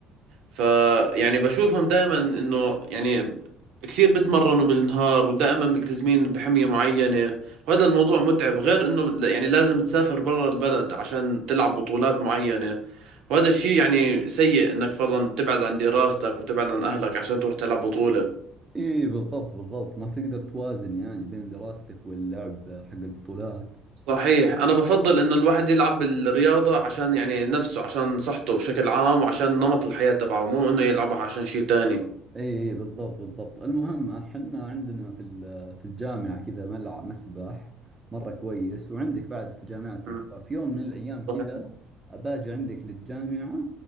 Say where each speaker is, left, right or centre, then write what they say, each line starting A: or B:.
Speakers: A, on the right; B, on the right.
A: فيعني بشوفهم دائما انه يعني كثير بتمرنوا بالنهار ودائما ملتزمين بحمية معينة وهذا الموضوع متعب غير انه بد- يعني لازم تسافر برا البلد عشان تلعب بطولات معينة وهذا الشيء يعني سيء انك فرضا تبعد عن دراستك وتبعد عن اهلك عشان تروح تلعب بطولة
B: إي بالضبط بالضبط ما تقدر توازن يعني بين دراستك واللعب حق البطولات
A: صحيح انا بفضل انه الواحد يلعب بالرياضة عشان يعني نفسه عشان صحته بشكل عام وعشان نمط الحياة تبعه مو انه يلعبها عشان شيء تاني
B: اي إي بالضبط بالضبط المهم احنا عندنا في ال- في الجامعة كذا ملعب مسبح مرة كويس وعندك بعد في جامعتك
A: م.
B: ففي يوم من الايام كذا
A: صحيح.
B: اباجي عندك للجامعة